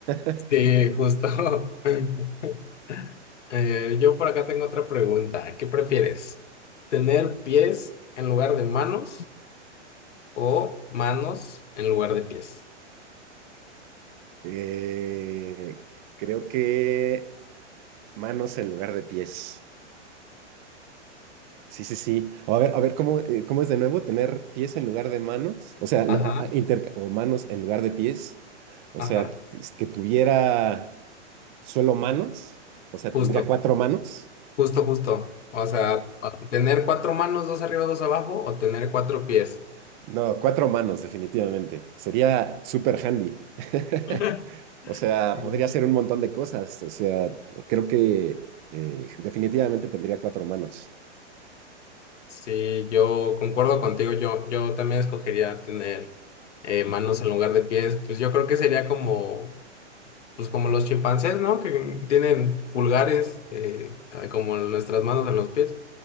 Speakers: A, on the right; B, on the left.
A: <laughs>
B: Sí, justo. <laughs> Eh, yo por acá tengo otra pregunta. ¿Qué prefieres? ¿Tener pies en lugar de manos o manos en lugar de pies?
A: Eh, creo que manos en lugar de pies. Sí, sí, sí. O a ver, a ver cómo, eh, cómo es de nuevo tener pies en lugar de manos, o sea, la-
B: Ajá,
A: a- interca- o manos en lugar de pies, o
B: ajá.
A: sea, que, que tuviera solo manos, o sea,
B: Justo,
A: tendría cuatro manos.
B: justo, justo. O sea, tener cuatro manos, dos arriba, dos abajo o tener cuatro pies.
A: No, cuatro manos, definitivamente. Sería super handy. <laughs>
B: <laughs>
A: O sea,
B: Sí.
A: podría hacer un montón de cosas. O sea, creo que eh, definitivamente tendría cuatro manos.
B: Sí, yo concuerdo contigo, yo, yo también escogería tener eh, manos en lugar de pies, pues yo creo que sería como, pues como los chimpancés, ¿no? Que tienen pulgares eh, como nuestras manos en los pies,